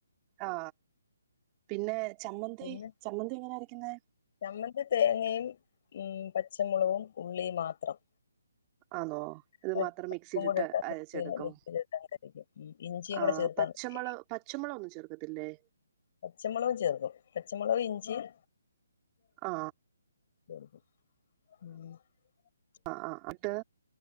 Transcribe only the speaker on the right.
ആ പിന്നെ ചമ്മന്തി
ചമ്മന്തി എങ്ങനാ അര ക്കുന്നെ
ആന്നോ ഇത്
മാത്രം
മിക്സിയിലിട്ട്
അരച്ചെടുക്കും
ആ
പച്ചമുളവ്
പച്ചമുളവ് ഒന്നും ചേർക്കത്തില്ലേ
ആ
ആ ആ അട്ട്